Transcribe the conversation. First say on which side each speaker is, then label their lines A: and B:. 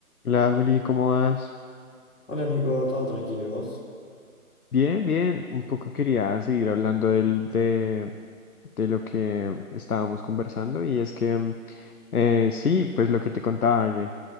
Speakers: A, on the left; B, on the left.
A: Hola Juli, ¿cómo vas?
B: Hola Nico, todo tranquilo, ¿y vos?
A: Bien, bien. Un poco quería seguir hablando del, de, de lo que estábamos conversando y es que mm, eh, sí, pues lo que te contaba, que